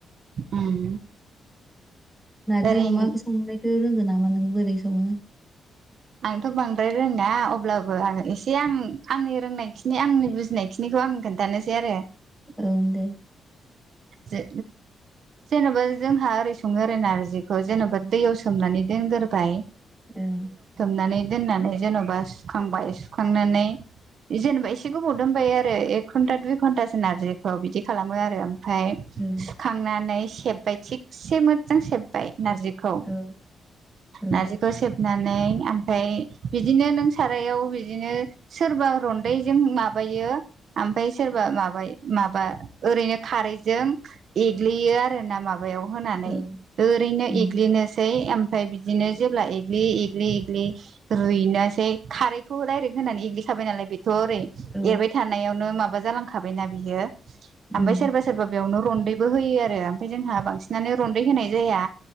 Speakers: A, on the right; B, in the centre.
A: उम
B: नार्जि
A: ओरैनो
B: अमाखौ संनायखौ रोंगोन नामा नोंङ बोरै सङो
A: आंथ' बांद्राय रोङा अब्लाबो आङो एसे आं आंनि रोंनायखिनि आंनि बुजिनायखिनिखौ आं खिन्थानोसै आरो
B: ओं दे
A: जे जेन'बा जोंहा ओरै सङो ओरै नारजिखौ जेन'बा दैयाव सोमनानै दोनग्रोबाय
B: ओं
A: सनानै दोननानै जेन'बा सुखांबाय सुखांनानै जेनेबा एसे गोबाव दोनबायायो आरो एक घन्टा दुइ घन्टाासो नारजिखौ बिदि खालामो आरो ओमफफ्राय
B: ओं
A: सुखांनानै सेब्बाय थिगसे मोजां सेब्बाय नारजिखौ
B: औ औ
A: नारजिखौ सेबनानै ओमफफ्राय बिदिनो नों सारायाव बिदिनो सोरबा रन्दैजों माबायो ओमफ्राय सोरबा माबा माबा ओरैनो खारैजों एग्लियो आर ना माबायाव होनानै
B: औ
A: ओरैनो
B: उम
A: एग्लिनो सै मफ्राय बिदिनो जेब्ला एलि एलि रुइनोसै खारैखौ डाइरेक्ट होनानै एग्लिखाबाय नालाय बे थ' ओरै
B: औ
A: एरबाय थानायावनो माबा जालांखाबायना बियो ओमफफ्राय
B: उम
A: सोरबा सोरबा बेयावनो रन्दैबो होयो आरो ओमफ्राय जोंहा बांसिनानो रन्दै होनाय जाया